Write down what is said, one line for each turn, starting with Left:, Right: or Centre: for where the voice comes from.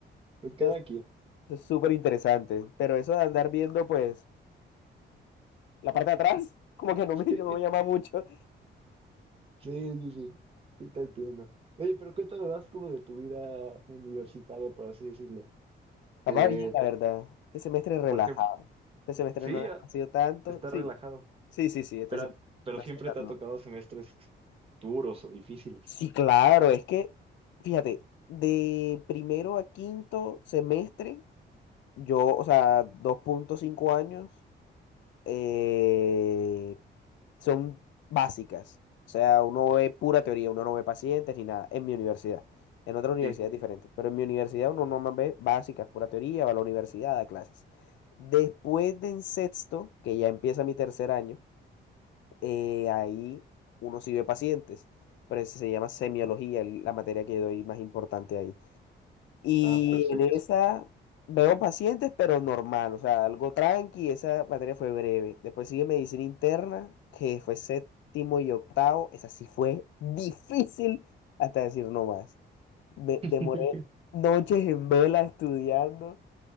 Right: pues cada
Left: Eso es,
Right: quien.
Left: eso es súper interesante. Pero eso de andar viendo, pues, <laughs> la parte de atrás, como que no
Right: Sí,
Left: me, no me llama mucho.
Right: sí, sí, sí sí, te entiendo. Oye, pero cuéntame más como de tu vida universitaria, por así decirlo.
Left: Estaba
Right: Te,
Left: bien, la verdad. Este semestre relajado.
Right: por ejemplo,
Left: Este semestre
Right: sí,
Left: no
Right: ah,
Left: ha sido tanto.
Right: está
Left: Sí,
Right: relajado,
Left: sí, sí, sí, este
Right: pero,
Left: semestre
Right: pero
Left: no
Right: siempre
Left: ha sido tanto
Right: te ha tocado semestres duros o difíciles.
Left: Sí, claro, es que, fíjate, de primero a quinto semestre, yo, o sea, dos punto cinco años, eh, son básicas. O sea, uno ve pura teoría, uno no ve pacientes ni nada en mi universidad. En otra universidad
Right: Sí.
Left: es diferente, pero en mi universidad uno nomás ve básicas, pura teoría, va a la universidad, da clases. Después de en sexto, que ya empieza mi tercer año, eh, ahí uno sí ve pacientes, pero eso se llama semiología, el- la materia que doy más importante ahí. Y
Right: Ah, perfecto.
Left: en esa veo pacientes, pero normal, o sea, algo tranqui, esa materia fue breve. Después sigue medicina interna, que fue séptimo y octavo, esa sí fue difícil hasta decir no más. Me
Right: <laughs>
Left: demoré noches en vela estudiando